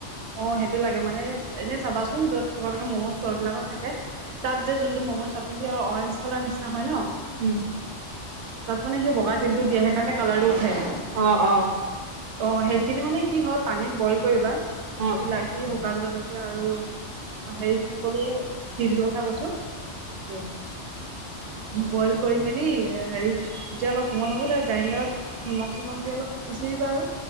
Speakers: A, on the right; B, on the right.
A: অ', সেইটো লাগে মানে এনেই চাবাচোন য'ত তোমালোকে ম'ম' ষ্ট'ৰবিলাকত থাকে। তাত যে যোনটো ম'ম' চাটনি দিয়ে আৰু অৰেঞ্জ কালাৰ নিচিনা হয় ন
B: উম।
A: তাত মানে সেই বগা তিলটো দিয়ে সেইকাৰণে কালাৰটো উঠে।
B: অ', অ'।
A: অ', সেইখিনি মানে কি হয় পানীত বইল কৰিবা
B: অ
A: বিলাহী শুকান জলকীয়া আৰু হেৰি কি কলো তিলটোৰ কথা কৈছো।
B: উম।
A: বইল কৰি মেলি হেৰি তেতিয়া অলপ কোমল হ'ব দাইলত নিমখ চিমখ দি অলপ পিচি দিবা আৰু।